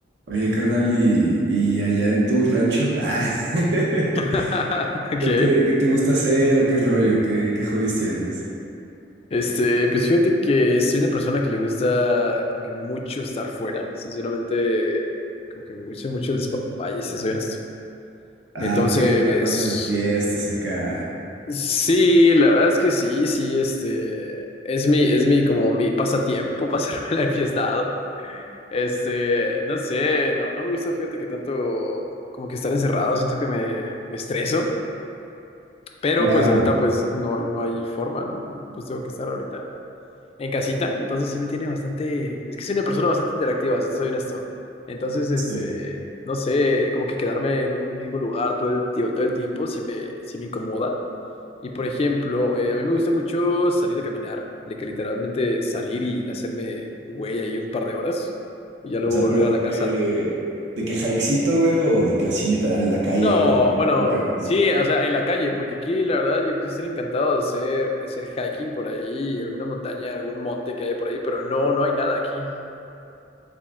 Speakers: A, on the right; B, on the left.
A: Oye, carnal, y, y allá en tu rancho, ah, <laughs>
B: <laughs> Ok.
A: ¿qué te, qué te gusta hacer o qué rollo? ¿Qué, qué hobbies tienes?
B: Este, pues fíjate que soy una persona que le gusta como que mucho estar fuera. Sinceramente, como que me gusta mucho el despapalle, si soy honesto.
A: Ah,
B: Entonces,
A: ok, te la pasas en fiestas acá.
B: sí, la verdad es que sí, sí, este, es mi, es mi, como mi pasatiempo, <laughs> pasármela enfiestado. Este, no sé, no, no me gusta, fíjate que tanto como que estar encerrado, siento que me, me estreso. Pero
A: Claro,
B: pues ahorita pues no, no hay forma, ¿no? Pues tengo que estar ahorita. en casita, entonces sí me tiene bastante, es que soy una persona bastante interactiva, si te soy honesto. Entonces, este,
A: sí.
B: no sé, como que quedarme en un mismo lugar todo el, tie- todo el tiempo sí me, sí me incomoda. Y por ejemplo, eh, a mí me gusta mucho salir a caminar, de que literalmente salir y hacerme güey ahí un par de horas y ya luego
A: O sea,
B: volver
A: pero
B: a
A: de
B: la
A: que,
B: casa.
A: de que hikecito, güey, o de que así literal en la calle,
B: No,
A: a ver,
B: bueno,
A: qué qué ves.
B: sí, o sea, en la calle, porque aquí la verdad yo, yo estaría encantado de hacer, de hacer hiking por ahí, alguna montaña, algún monte que haya por ahí, pero no, no hay nada aquí.